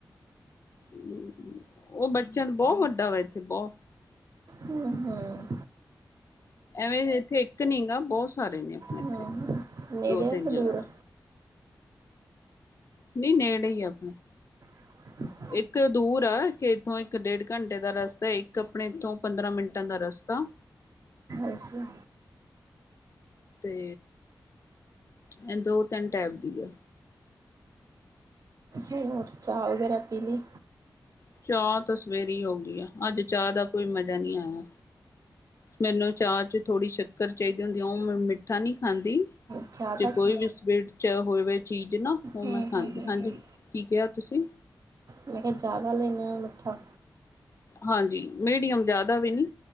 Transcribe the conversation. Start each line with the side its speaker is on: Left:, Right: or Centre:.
Left: ਹ ਉਹ ਬੱਚਿਆਂ, ਬਹੁਤ ਵੱਡਾ ਵਾ ਇੱਥੇ ਬਹੁਤ
Right: ਹਮ, ਹਮ।
Left: ਐਵੇਂ ਇੱਥੇ ਇੱਕ ਨਹੀਂ ਗਾ, ਬਹੁਤ ਸਾਰੇ ਨੇ ਆਪਣੇ ਇੱਥੇ,
Right: ਹੂੰ, ਹੂੰ। ਨੇੜੇ
Left: ਦੋ ਤਿੰਨ
Right: ਆ ਕਿ
Left: ਜਗ੍ਹਾ।
Right: ਦੂਰ?
Left: ਨਹੀਂ, ਨੇੜੇ ਹੀ ਆਪਣੇ।
Right: ਹ-
Left: ਇੱਕ ਦੂਰ ਆ, ਕਿ ਇੱਥੋਂ ਇੱਕ ਡੇਢ ਘੰਟੇ ਦਾ ਰਸਤਾ ਹੈ। ਇੱਕ ਆਪਣੇ ਇੱਥੋਂ, ਪੰਦਰਾਂ ਮਿੰਟਾਂ ਦਾ ਰਸਤਾ।
Right: ਅੱਛਾ।
Left: ਤੇ, ਇਹ ਦੋ ਤਿੰਨ ਟਾਈਪ ਦੀ ਆ।
Right: ਹੋਰ, ਚਾਹ ਵਗੈਰਾ ਪੀ ਲਈ?
Left: ਚਾਹ ਤਾਂ ਸਵੇਰੇ ਹੋ ਗਈ ਆ, ਅੱਜ ਚਾਹ ਦਾ ਕੋਈ ਮਜ਼ਾ ਨਹੀਂ ਆਇਆ। ਮੈਨੂੰ ਚਾਹ 'ਚ, ਥੋੜ੍ਹੀ ਸ਼ੱਕਰ ਚਾਹੀਦੀ ਹੁੰਦੀ ਆ। ਉਹ ਮੈਂ ਮਿੱਠਾ ਨਹੀਂ ਖਾਂਦੀ।
Right: ਜ਼ਿਆਦਾ
Left: ਜੇ ਕੋਈ
Right: ਹੂੰ
Left: ਵਿ ਸਵੀਟ 'ਚ ਹੋਵੇ ਚੀਜ਼ ਨਾ, ਉਹ
Right: ਹੂੰ
Left: ਮੈਂ ਖਾਂਦੀ।
Right: ਹੂੰ
Left: ਹਾਂਜੀ
Right: ਹੂੰ
Left: ਕੀ ਕਿਹਾ ਤੁਸੀਂ?
Right: ਮੈਂ ਕਿਹਾ, ਜਿਆਦਾ ਲੈਣੇ ਹ ਮੱਠਾ?
Left: ਹਾਂਜੀ, ਮੀਡੀਅਮ ਜ਼ਿਆਦਾ ਵੀ ਨਹੀਂ,